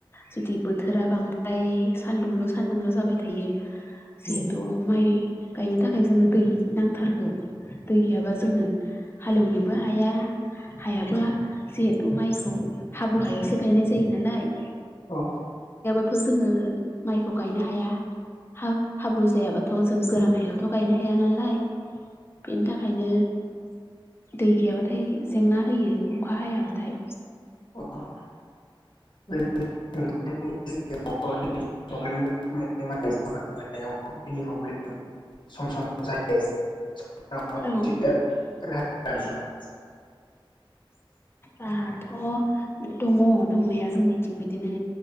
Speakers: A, on the left (about 25°); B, on the left (about 60°).
A: जुदि बोथोरा बांद्राय सान्दुंल' सान्दुंल' जाबाय थायो
B: सम
A: जिहेथु माइ गायनो थाखाय जोंनो दै नांथारगौ दै गैयाबा जोङो हालेवनोबो हाया हायाबो जिहेथु माइखौ हाब्रु हायावसो गायनाय जायो नालाय
B: औ
A: थ जोङो माइखौ गायनो हाया हा हाब्रु जायाब्लाथ थ' जों गोरान हायावथ' गायनो हाया नालाय बेनि थाखायनो दै गैयाबाथाय जेंना होयो अखा हायाबाथाय
B: अ <inaudible> <inaudible> <inaudible>
A: औ अ <inaudible> थ' दङ दंनाया जोंनिथिं बिदिनो